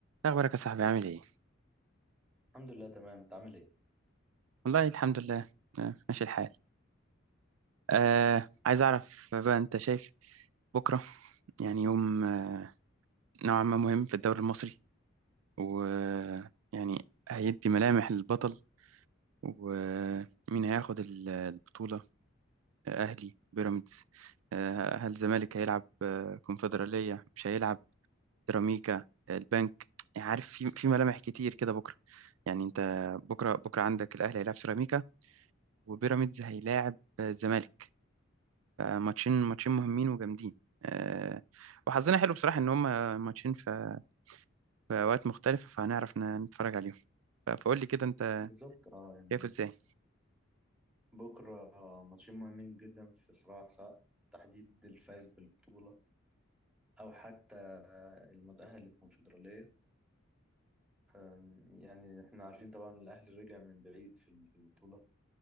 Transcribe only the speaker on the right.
إيه أخبارك يا صاحبي عامل إيه؟
والله الحمد لله آه، ماشي الحال آه عايز أعرف بقى أنت شايف بكرة يعني يوم آه نوعا ما مهم في الدوري المصري ويعني هيدي ملامح للبطل ومين هياخد ال- البطولة آه، أهلي بيراميدز آه هل الزمالك هيلعب آه كونفدرالية مش هيلعب سيراميكا آه، البنك يعني عارف في في ملامح كتير كده بكرة يعني أنت بكرة بكرة عندك الأهلي هيلعب سيراميكا وبيراميدز هيلاعب آه، الزمالك فماتشين ماتشين مهمين وجامدين آه، وحظنا حلو بصراحة إن هما ماتشين في في أوقات مختلفة فهنعرف ن- نتفرج عليهم ف- فقول لي كده أنت
شايفه إزاي؟